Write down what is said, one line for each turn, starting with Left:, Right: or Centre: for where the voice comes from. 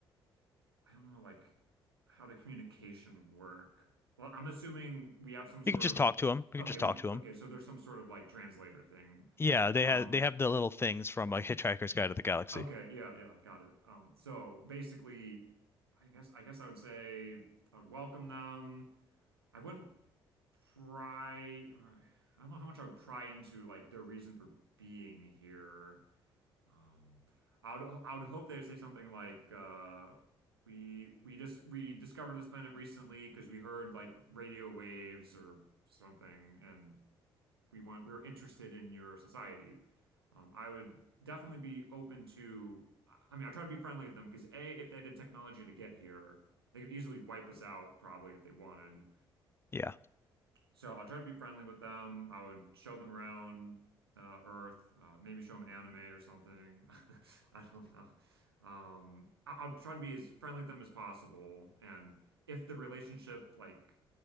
Right: I don't know, like how the communication work. Well, I'm assuming we have some sort
Left: You can just
Right: of
Left: talk to them. You
Right: okay,
Left: can just
Right: we,
Left: talk to them.
Right: okay, so there's some sort of like translator thing.
Left: Yeah, they
Right: Um,
Left: have they have the little things from like Hitchhiker's Guide to the Galaxy.
Right: okay, yeah, yeah, got it. Um, so basically, I guess I guess I would say I would welcome them. I wouldn't pry, or I don't know how much I would pry into like their reason for being here. Um, I would I would hope they would say something like uh, we we just we discovered this planet recently because we heard like radio waves or something, and we want we were interested in your society. Um, I would definitely be open to. I mean, I try to be friendly with them because A, if they had the technology to get here, they could easily wipe us out probably if they wanted.
Left: Yeah.
Right: So I'll try to be friendly with them. I would show them around uh, Earth, uh, maybe show them anime or something. <laughs> I don't know. Um, I I'll try to be as friendly with them as possible. And if the relationship, like,